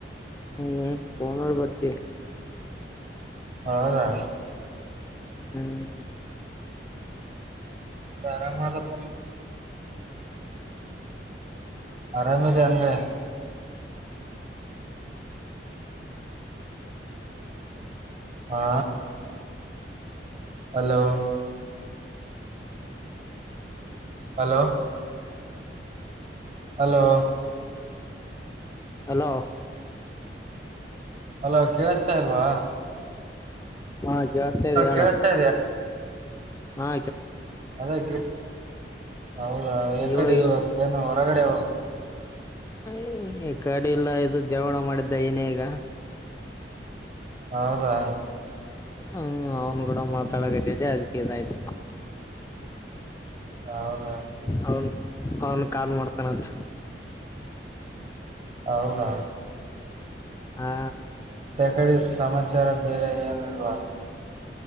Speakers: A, on the left; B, on the right.
A: ಹ್ಮ ೋನ್ೋಡ್ <unintelligible> ಬರ್ತವಿ
B: ಹೌದಾ
A: ಹ್ಮ್
B: ಎಂತ ಆರಾಮ ಅದಕ್ಕ ಆರಾಮದೆ ಅಂದ್ರೆ ಹಾ hello hello hello
A: hello
B: hello ಕೇಳಸ್ತಾಲ್ವಾ
A: ಹಾ ಜತ ಇದೆ ಹೇಳಳ
B: ಕೇಳಿಸ್ತಾ
A: ಹಾ
B: ಆಗೈತ್ರಿ ಹೌದಾ
A: ಅಯ್ಯೋ
B: ಯಕಡೆ
A: ಅಯ್ಯೋ
B: ಇವತ್ತ ಏನು ಹೊರಗಡೆ
A: ಅಯ ಕಡಿಲ್ಲ ಇದು ಜವಣ ಮಾಡಿದ್ದ ನ ಈಗ
B: ಹೌದಾ
A: ಹ್ಮ ಅವ್ನ್ ಕೂಡ ಮಾತಾಡಕತಿದ್ದೆ ಅದ್ಕ್ಕೆ ಇದಾಯ್ತು
B: ಹೌ ಹೌ
A: ಅವನ್ ಅವನ್ ಕಾಲ್ ಮಾಡ್ತಾನತ್
B: ಹೌದಾ
A: ಹಾ
B: ಕಳಿ ಸಮಾಚಾರ ಬೇರೆ ಏನಲ್ವಾ